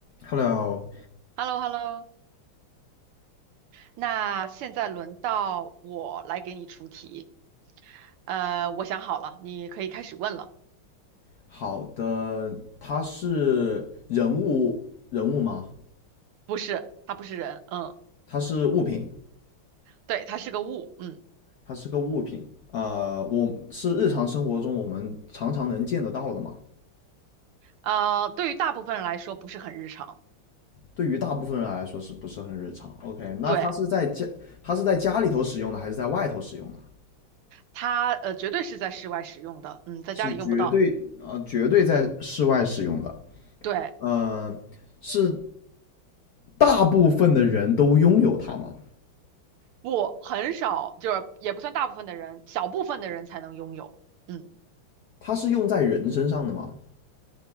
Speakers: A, on the left; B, on the right.
A: Hello，
B: h e l l o h e l l o 那现在轮到我来给你出题。呃，我想好了，你可以开始问了。
A: 好的，它是人物人物吗？
B: 不是，它不是人，嗯，
A: 它是物品，
B: 对，它是个物，嗯，
A: 它是个物品。呃，我是日常生活中我们常常能见得到的嘛。
B: 呃，对于大部分人来说不是很日常，
A: 对于大部分人来说是不是很日常？OK，那它是在家，
B: 对，
A: 它是在家里头使用的，还是在外头使用的？
B: 它呃绝对是在室外使用的，嗯，在家里用不到，
A: 是绝对呃，绝对在室外使用的。
B: 对，
A: 呃，是大部分的人都拥有它吗？
B: 不，很少，就是也不算大部分的人，小部分的人才能拥有，嗯。
A: 它是用在人身上的吗？